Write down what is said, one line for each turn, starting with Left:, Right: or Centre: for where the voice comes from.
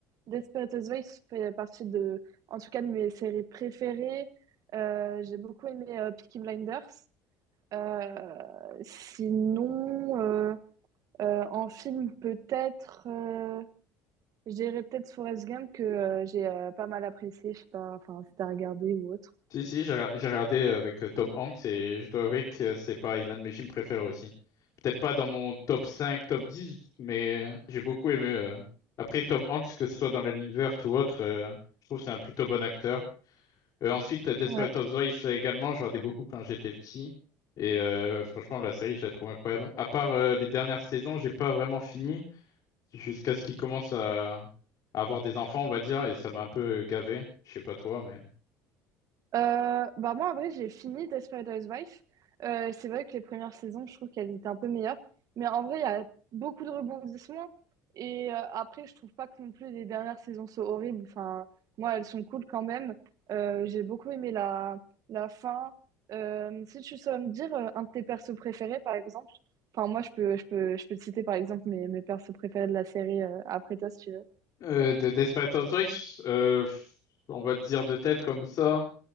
Right: Desperate Housewives fait partie de, en tout cas, de mes séries préférées. Euh, j'ai beaucoup aimé euh, Peaky Blinders. Euh, sinon, euh, euh, en film, peut-être, euh, je dirais peut-être Forrest Gump que euh, j'ai euh, pas mal apprécié. Je sais pas, enfin, si t'as regardé ou autre.
Left: Si, si, j'ai ra- j'ai regardé euh, avec euh, Tom Hanks et je dois avouer que c'est pas l'un de mes films préférés aussi. Peut-être pas dans mon top 5 top 10 mais j'ai beaucoup aimé. euh. Après, Tom Hanks, que ce soit dans La Ligne verte ou autre, euh, je trouve que c'est un plutôt bon acteur. Euh, ensuite, euh, Desperate
Right: Ouais.
Left: Housewives également, je regardais beaucoup quand j'étais petit. Et euh, franchement, la série, je la trouve incroyable. À part euh, les dernières saisons, j'ai pas vraiment fini jusqu'à ce qu'il commence à à avoir des enfants, on va dire, et ça m'a un peu gavé. Je sais pas toi, mais...
Right: Heu, bah, moi, en vrai, j'ai fini Desperate Housewives. Heu, c'est vrai que les premières saisons, je trouve qu'elles étaient un peu meilleures. Mais en vrai, il y a beaucoup de rebondissements et heu, après, je trouve pas que non plus les dernières saisons soient horribles. Enfin, moi, elles sont cool quand même. Heu, j'ai beaucoup aimé la la fin. Hem, si tu saurais me dire, heu, un de tes persos préférés, par exemple? Enfin, moi, je peux je peux je peux te citer, par exemple, mes mes persos préférés de la série, heu, après toi, si tu veux.
Left: Euh, de Desperate Housewives, euh, pff, on va dire de tête comme ça.